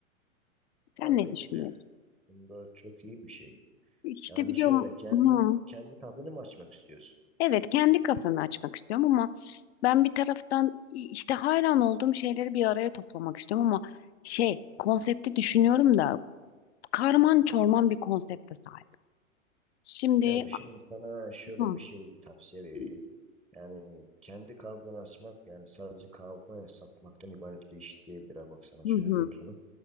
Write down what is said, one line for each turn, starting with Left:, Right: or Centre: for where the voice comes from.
Centre: Aa
Left: Sen ne
Centre: ne
Left: düşünüyorsun?
Centre: güzel. Bunda çok iyi bir şey.
Left: İşte
Centre: Yani
Left: biliyorum.
Centre: şöyle kendi
Left: Hı.
Centre: kendi kafeni mi açmak istiyorsun?
Left: Evet, kendi kafemi açmak istiyorum ama ben bir taraftan işte hayran olduğum şeyleri bir araya toplamak istiyorum ama şey konsepti düşünüyorum da karman çorman bir konsepte sahip. Şimdi
Centre: Gel şimdi sana şöyle
Left: hı,
Centre: bir şey bir tavsiye vereyim. Yani kendi kahveni açmak yani sadece kahve satmaktan ibaret bir iş değildir ha bak sana
Left: hı,
Centre: söyleyeyim
Left: hı,
Centre: sana.